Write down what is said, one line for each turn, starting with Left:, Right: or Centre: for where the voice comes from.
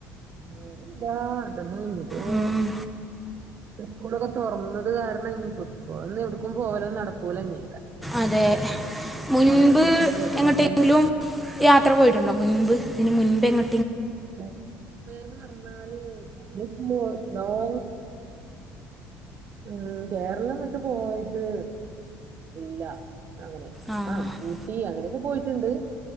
Right: വെറുന്താ <unintelligible>
Centre: ഉം,
Right: സ്കൂളൊക്കെ തുറന്നത് കാരണം ഇനിയപ്പോ പോ ഒന്ന് എടുക്കും പോവലൊന്നും നടക്കൂലാലിനി.
Centre: അതെ മുൻപ്
Right: വെക്കേഷനൊക്കെ എക്സാം
Centre: എങ്ങോട്ടെങ്കിലും
Right: കഴിഞ്ഞിട്ട്
Centre: യാത്ര പോയിട്ടുണ്ടോ? മുൻപ് ഇതിന് മുൻപ് എങ്ങോ
Right: മുൻപേന്ന് പറഞ്ഞാല് <unintelligible> ഉം കേരളം വിട്ട് പോയിട്ട് ഇല്ല. അങ്ങനെ
Centre: ആ
Right: ആഹ് ഊട്ടി അങ്ങനെയെക്കെ പോയിട്ടൊണ്ട്.